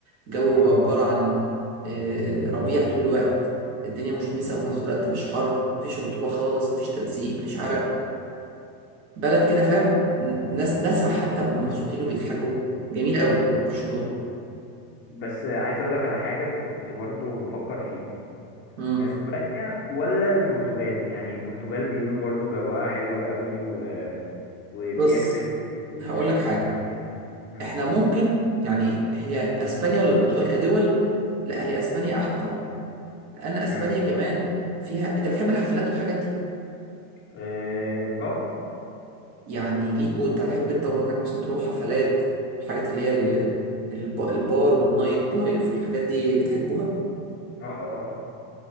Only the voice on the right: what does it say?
الجو
عبارة عن آه، ربيع طول الوقت الدنيا مشمسة وفي نفس الوقت مش حر مفيش رطوبة خالص مفيش تلزيق مفيش عرق بلد كده فاهم ن- ناس ناسها حتى مبسوطين وبيضحكوا جميل قوي برشلونة
امم
بص
هقول لك حاجة
احنا ممكن يعني هي اسبانيا ولا البرتغال كدول لا هي اسبانيا احلى طبعا لان اسبانيا
كمان فيها انت بتحب الحفلات والحاجات دي
يعني ليك وانت هتحب انت ومراتك مثلا تروح حفلات الحاجات اللي هي ال- الب- البار والنايت لايف والحاجات دي بتحبوها